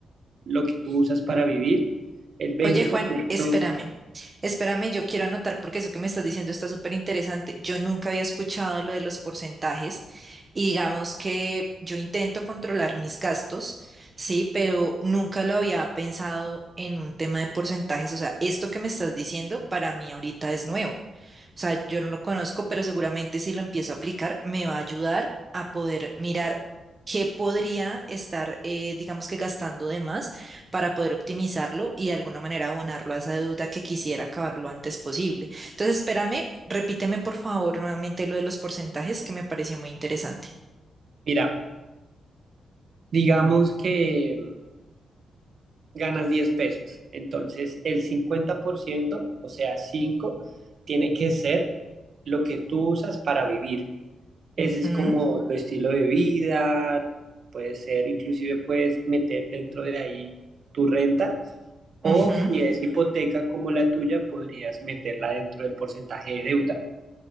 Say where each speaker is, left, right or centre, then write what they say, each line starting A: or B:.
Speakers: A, on the right (about 45°); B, on the right (about 20°).
A: lo que tú usas para vivir. El 20%,
B: Oye, Juan, espérame, espérame, yo quiero anotar porque eso que me estás diciendo está súper interesante. Yo nunca había escuchado lo de los porcentajes y digamos que yo intento controlar mis gastos, sí, pero nunca lo había pensado en un tema de porcentajes. O sea, esto que me estás diciendo para mí ahorita es nuevo. O sea, yo no lo conozco, pero seguramente si lo empiezo a aplicar me va a ayudar a poder mirar qué podría estar, eh, digamos que gastando de más para poder optimizarlo y de alguna manera abonarlo a esa deuda que quisiera acabar lo antes posible. Entonces, espérame, repíteme por favor nuevamente lo de los porcentajes que me pareció muy interesante.
A: mira, digamos que ganas 10 pesos, entonces el cincuenta por ciento o sea, cinco tiene que ser lo que tú usas para vivir. Ese
B: Ujú,
A: es como tu estilo de vida, puede ser, inclusive puedes meter dentro de ahí tu renta O
B: ujú.
A: si es hipoteca como la tuya, podrías meterla dentro del porcentaje de deuda.